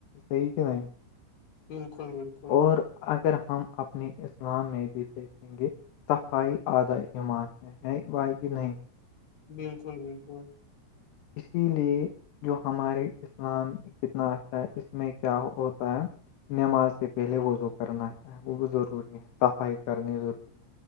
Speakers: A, on the left; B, on the left.
A: صحی کہ نہیں
B: بالکل بالکل
A: اور اگر ہم اپنی اسلام میں بھی دیکھیں گے صفائی آدھا ایمان ہے ہے بھالی کی نہیں
B: بالکل بالکل
A: اسی لیے جو ہماراریے اسلام کتنا اچھا ہے اس میں کیا ہوتا ہے نماز سے پہلے وضو کرنا وہ ضروری ہے صفائی کرنی ضروری ہے